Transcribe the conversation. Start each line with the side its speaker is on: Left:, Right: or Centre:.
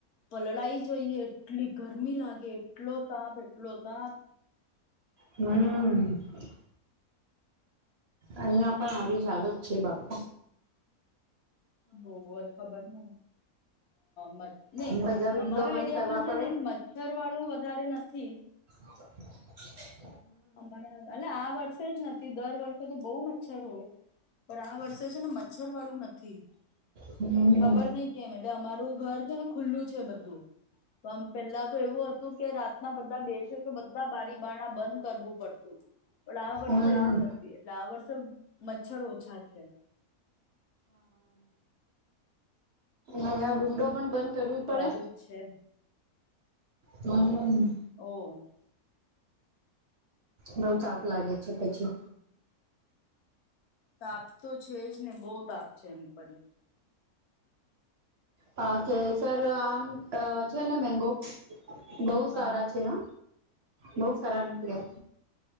Left: વલળાય જઈએ એટલી ગરમી લાગે એટલો. તાપ એટલો તાપ
Right: હમ. <inaudible> અહિયાં, પણ આવી જ હાલત છે. બાપુ.
Left: બહ, જ ખબર ન હ નહી
Right: બધા વિન્ડો
Left: અમારા
Right: બંધ
Left: એરિયામાં
Right: કરવા
Left: છે
Right: પડે.
Left: ને મચ્છર વાળું વધારે નથી.
Right: <inaudible> <unintelligible>
Left: અમારે એ આ વર્ષે જ નથી. દર વર્ષે તો બહુ મચ્છર હોય. પણ, આ વર્ષે છે ને મચ્છર વાળું નથી.
Right: હમ
Left: ખબર નઈ કેમ એટલે અમારું. ઘર તોને. ખુલ્લું છે બધું. આમ પેલા તો એવું હતું કે રાતના બધા બેઠ કે બધા બારીબારણા બંધ. કરવું પડતું. પણ આ વર્ષે
Right: હમ
Left: એવું નથી એટલે આ વર્ષે. મચ્છર ઓછા છે.
Right: અને વિન્ડો પણ બંધ. કરવી
Left: તો
Right: પડે
Left: આવુંજ છે.
Right: હમ.
Left: ઓ.
Right: બઉુ તાપ લાગે છે પછી.
Left: પાપ તો છે જ. ને બહત આપ છે એમ પણ.
Right: હા કે સર આમ છે ને મેંગો. બહુ
Left: હા
Right: સારા છે હ. બહુ સારા નીકળ્યા.